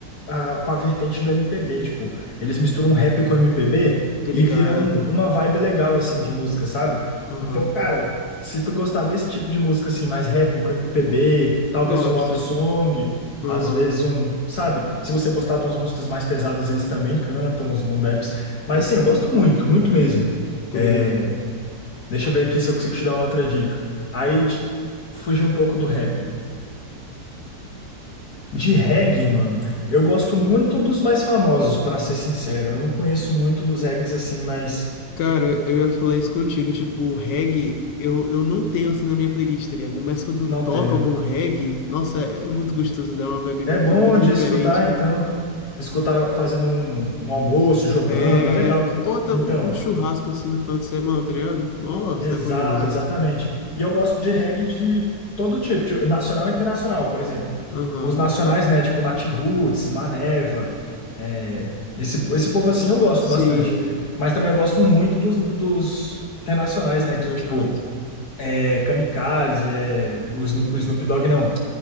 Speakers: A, on the left; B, on the left.
A: a- com a vertente do MPB, tipo, eles misturam um rap com MPB
B: Tô
A: e
B: ligada.
A: viram uma vibe legal assim de música, sabe?
B: Aham.
A: Então, cara, se tu gostar desse tipo de música assim, mais rap com MPB, talvez
B: Gosto.
A: um love song,
B: Aham.
A: às vezes um, sabe? Se você gostar de umas músicas mais pesadas, eles também cantam uns boom baps. Mas assim, eu gosto muito, muito mesmo.
B: Tô
A: É,
B: ligada.
A: deixa eu ver aqui se eu consigo te dar uma outra dica. Aí de- fugir um pouco do rap. De reggae, mano, eu gosto muito dos mais famosos, pra ser sincero. Eu não conheço muito dos reggaes assim, mas
B: Cara, eu ia falar isso contigo, tipo, reggae, eu, eu não tenho assim na minha playlist, tá ligado? Mas quando
A: não
B: toca
A: tem, né?
B: algum reggae, nossa, é é muito gostoso, dá uma vibe
A: É
B: muito,
A: bom
B: muito
A: de
B: diferente.
A: escutar, então. Escutar fazendo um, um almoço, jogando,
B: É.
A: é legal.
B: Ou até
A: Então,
B: um, um churrasco assim no final de semana, tá ligado? Nossa,
A: exato,
B: é bom demais.
A: exatamente. E eu gosto de reggae de todo tipo, tipo, nacional e internacional, por exemplo.
B: Aham.
A: Os nacionais, né? Tipo Natiruts, Maneva, é, esse, esse povo assim eu gosto
B: Sim.
A: bastante. Mas também eu gosto muito dos, dos internacionais,
B: Internacionais.
A: né? Que, tipo. é Kamikaze, é o Snoop, o Snoop Dogg, não,